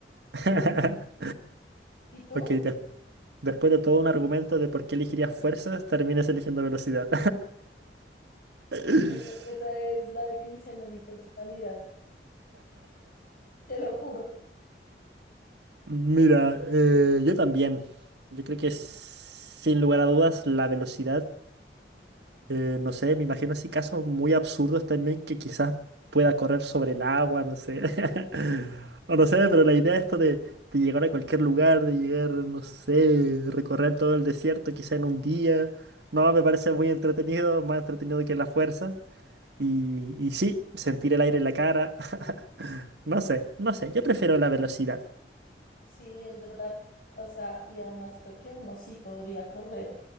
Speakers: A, on the right; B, on the left.
A: <laughs>
B: Sí, sí, sí. ¿Y tú?
A: Ok, des- después de todo un argumento de por qué elegirías fuerzas, terminas eligiendo velocidad. <laughs>
B: Es- esa es la definición de mi personalidad, te lo juro.
A: Mira, eh, yo también. Yo creo que sin lugar a dudas la velocidad Eh, no sé, me imagino así casos muy absurdos también que quizás pueda correr sobre el agua, no sé. <laughs> O no sé,
B: Sí,
A: pero la idea esto de, de llegar a cualquier lugar, de llegar, no sé, recorrer todo el desierto quizá en un día, no, me parece muy entretenido, más entretenido que la fuerza. Y, y sí, sentir el aire en la cara, <laughs> no sé, no sé, yo prefiero la velocidad.
B: sí, es verdad. O sea, y además creo que uno sí podría correr